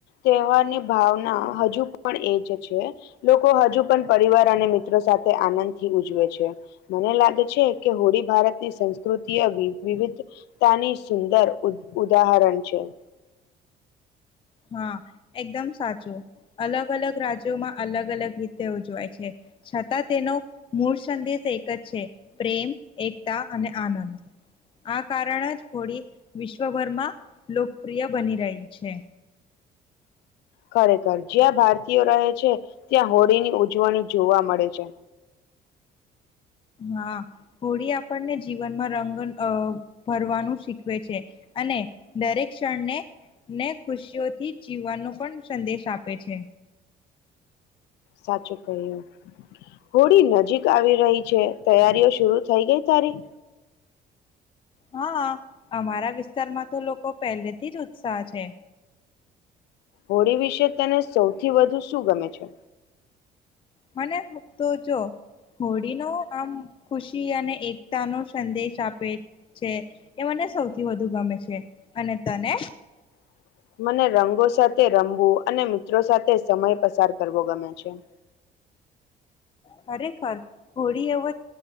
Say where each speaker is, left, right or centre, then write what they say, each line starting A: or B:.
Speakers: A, on the left; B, on the left.
A: તહેવારની ભાવના હજુ પણ એજ છે. લોકો હજુ પણ પરિવાર અને મિત્રો સાથે આનંદથી ઉજવે છે, મને લાગે છે. કે ભારતની સંસ્કૃતિ, વિવિધતાની સુંદર ઉદાહરણ છે.
B: હા એકદમ સાચું અલગ -અલગ રાજ્યોમાં અલગ અલગ રીતે ઉજવાય છે. છતાં તેનો મૂળ સંદેશ એક જ છે, પ્રેમ એકતા અને આનંદ
A: હું
B: આ કારણ જ હોળી વિશ્વભરમાં લોકપ્રિય બની રહી છે.
A: ખરેખર જ્યાં ભારતીયો રહે છે, ત્યાં હોળીની ઉજવણી જોવા મળે છે.
B: હા હોળી આપણને જીવનમાં રંગ ભર શીખવે છે, અને દરેક ક્ષણને. ને ખુશીઓથી જીવવાનો પણ સંદેશ આપે છે.
A: સાચું કહ્યું. હોડી નજીક આવી રહી છે, તૈયારીઓ શરુ થઈ ગઈ તારી
B: હા અમારા વિસ્તારમાં તો લોકો પહેલેથી જ ઉત્સાહ છે.
A: હોળી વિશે તને સૌથી વધુ શું ગમે છે.
B: મને તો જો. હોળી નો આમ ખુશી અને એકતા નો સંદેશ આપે છે, એ મને ને સૌથી વધુ ગમે છે, અને તને
A: <unintelligible> <inaudible> મને રંગો સાથે રમવું અને મિત્રો સાથે સમય પસાર કરવો ગમે છે. હું.
B: ખરેખર હોળી એવો